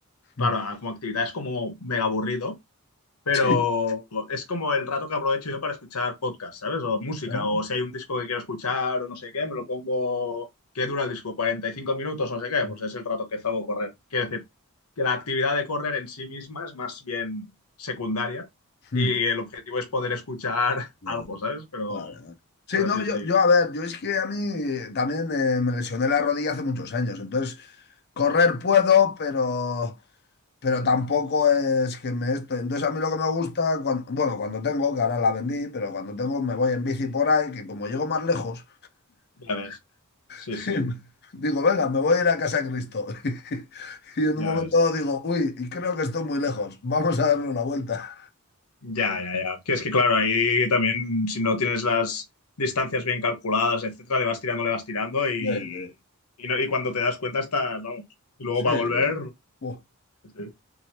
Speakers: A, on the left; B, on the left.
A: claro,
B: Mm.
A: como actividad es como mega aburrido, Pero
B: Sí.
A: es como el rato que aprovecho yo para escuchar podcast, ¿sabes? O música,
B: Ah,
A: o si hay un disco que quiero escuchar o no sé qué, me lo pongo. ¿Qué dura el disco? cuarenta y cinco minutos? No sé qué, pues
B: mm.
A: es el rato que salgo a correr. Quiero decir, que la actividad de correr en sí misma es más bien secundaria
B: mm.
A: y el objetivo es poder escuchar <laughs>
B: Ya,
A: algo, ¿sabes? Pero,
B: vale, vale. Sí,
A: pero
B: no,
A: sí,
B: yo,
A: sí,
B: yo, a ver, yo es que a mí eh, también eh, me lesioné la rodilla hace muchos años, entonces correr puedo, pero, pero tampoco es que me esto. Entonces a mí lo que me gusta, cuan- bueno, cuando tengo, que ahora la vendí, pero cuando tengo me voy en bici por ahí, que como llego más lejos,
A: ya ves. Sí,
B: <laughs>
A: sí,
B: Digo, venga, me voy a ir a casa de Cristo. <laughs> Y en
A: ya
B: un momento
A: ves.
B: dado digo, uy, y creo que estoy muy lejos. Vamos a darle una vuelta.
A: Ya, ya, ya. Que es que, claro, ahí también, si no tienes las distancias bien calculadas, etcétera, le vas tirando, le vas tirando y,
B: <laughs>
A: y, no- y cuando te das cuenta estás, vamos. Y luego
B: Sí,
A: para
B: sí,
A: volver,
B: sí, sí. Buah.
A: sí. sí.